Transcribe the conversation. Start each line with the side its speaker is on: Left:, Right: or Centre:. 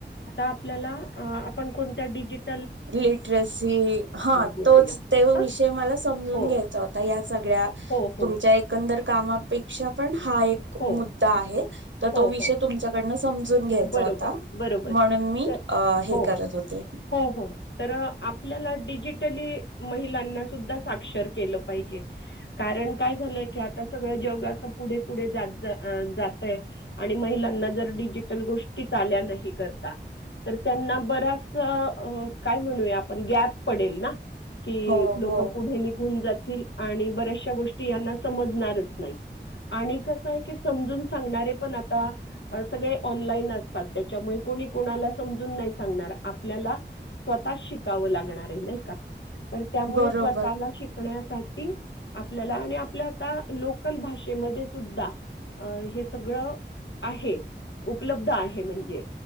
Left: आपल्या आपण कोणत्या डिजीटल
Right: लिटरसी हा
Left: बोलूया.
Right: तोच ते
Left: हां.
Right: विषय मला समजून
Left: हो.
Right: घ्यायचा होता आता ह्या सगळ्या
Left: हो, हो.
Right: तुमच्या एकंदर कामापेक्षा पण हा एक
Left: हो.
Right: मुद्दा आहे तर
Left: हो,
Right: तो विषय
Left: हो.
Right: तुमच्याकडन समजून घ्यायचा
Left: बरोबर,
Right: होता
Left: बरोबर.
Right: म्हणून मी
Left: तर
Right: हे
Left: हो.
Right: करत होते
Left: हो, हो. तर आपल्याला डिजिटली महिलांना सुद्धा साक्षर केलं पाहिजे कारण काय झालंय की आता सगळ जग अस पुढे पुढे जातय आणि महिलांना जर डिजिटल गोष्टीच आल्या नाही करता तर त्यांना बराच काय म्हणूया आपण गॅप पडेल ना कि
Right: हो
Left: लोक
Right: हो
Left: पुढे निघून जातील आणि बऱ्याचशा गोष्टी यांना समजणारच नाही आणि कस आहे समजून सांगणारे पण आता सगळे ऑनलाईन असतात त्याच्यामुळे कोणी कोणाला समजून नाही सांगणार आपल्याला स्वतः शिकावं लागणार आहे नाही का तर त्यामुळे
Right: बरोबर
Left: स्वतःला शिकण्या आपल्याला आणि आपल्या आ लोकल भाषेमध्ये सुद्धा अ हे सगळं आहे उपलब्ध आहे म्हणजे